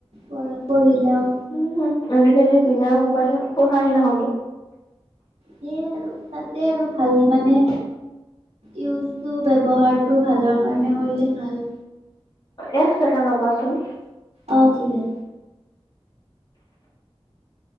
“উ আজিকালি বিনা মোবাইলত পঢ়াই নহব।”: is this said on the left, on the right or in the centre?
Left